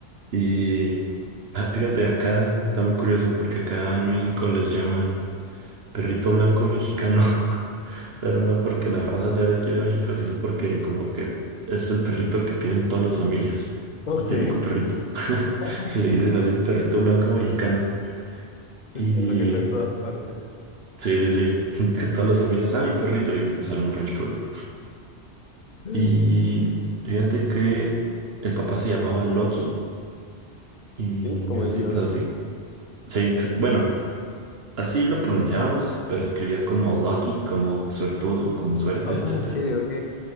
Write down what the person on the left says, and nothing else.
Ok.
<laughs>
Es
el perro que está en todas partes.
Ok,
como
el dios.
Ah,
ok, ok.